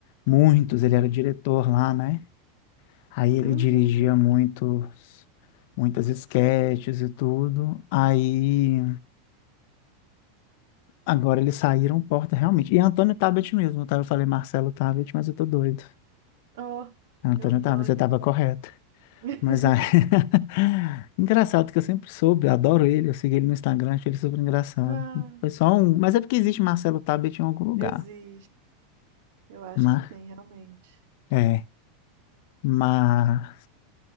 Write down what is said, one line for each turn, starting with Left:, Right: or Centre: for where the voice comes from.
Left: muitos, ele era diretor lá, né? Aí ele
Right: Uhum.
Left: dirigia muitos, muitas esquetes e tudo. Aí. Agora eles saíram porta realmente. E Antônio Tabet mesmo, tá? Eu falei Marcelo Tabet, mas eu tô doido.
Right: Oh,
Left: Antônio
Right: Antônio.
Left: Tabet, você tava correto.
Right: <laughs>
Left: Mas aí... <laughs> engraçado que eu sempre soube, eu adoro ele, eu segui ele no Instagram, achei ele super engraçado.
Right: Ah,
Left: Foi só um, mas é porque existe Marcelo Tabet em algum lugar.
Right: existe. Eu acho
Left: Mas
Right: que tem realmente.
Left: é, mas